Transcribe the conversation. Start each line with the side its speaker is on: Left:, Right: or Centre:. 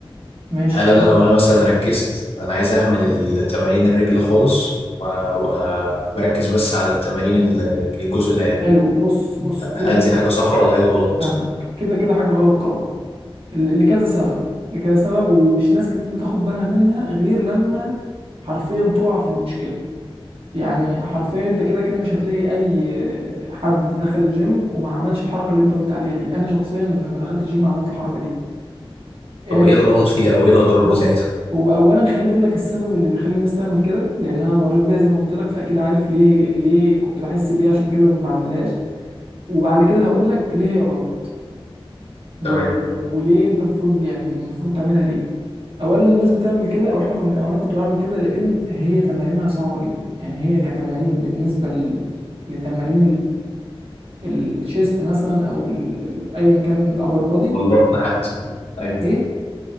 Right: ماشي
Left: هل أنا
Right: طبعا
Left: لو أنا مثلا ركزت أنا عايز أهمل التمارين الرجل خالص ومركز بس على التمارين ال- الجزء العلوي
Right: حلو بص بص كل
Left: هل دي حاجة صح ولا حاجة غلط؟
Right: فهمك كده كده حاجة غلط طبعا ل- لكذا سبب لكذا سبب ومش ناس كتير بتاخد بالها منها غير لما حرفيا تقع في المشكلة يعني حرفيا انت كده كده مش هتلاقي اي حد دخل الجيم وما عملش الحركه اللي انت قلت عليها دي انا شخصيا لما دخلت الجيم عملت الحركه دي آه
Left: طب إيه الغلط فيها أو إيه الأضرار
Right: بص
Left: بتاعتها؟
Right: هو اولا خليني اقول لك السبب اللي بيخلي الناس تعمل كده لان انا مريت بيها زي ما قلت لك فاكيد عارف ليه ليه كنت بحس بايه عشان كده ما بعملهاش وبعد كده هقول لك ليه هي غلط و...
Left: تمام
Right: و- وليه انت المفروض يعني المفروض تعملها ليه اولا الناس بتعمل كده او احنا كنا او انا كنت بعمل كده لان هي تمارينها صعبه جدا يعني هي كتمارين بالنسبه ل... لتمارين الشيست مثلا او ال- ال- ايا كان الابر بودي
Left: أو البطن حتى طيب
Right: ايه